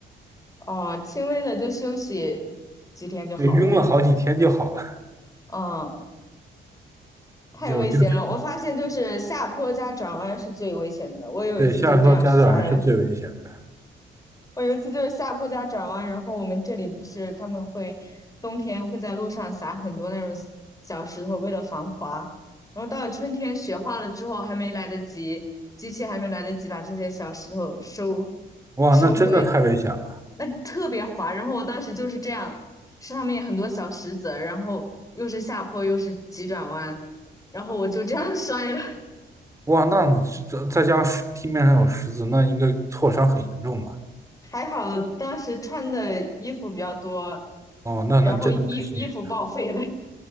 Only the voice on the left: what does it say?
哦，轻微的就休息几天就好了，
应该。嗯，太危险了，
我发现就是下坡加转弯是最危险的，我有一次就这样摔了。
我有一次就是下坡加转弯，然后我们这里不是他们会冬天会在路上撒很多那种小石头，为了防滑。然后到了春天雪化了之后，还没来得及，机器还没来得及把这些小石头收
收回，
那特别滑。然后我当时就是这样，上面很多小石子儿，然后又是下坡又是急转弯，然后我就这样 <laughs> 摔了。<laughs>
还好当时穿的衣服比较多，
然后衣衣服报废了。<laughs>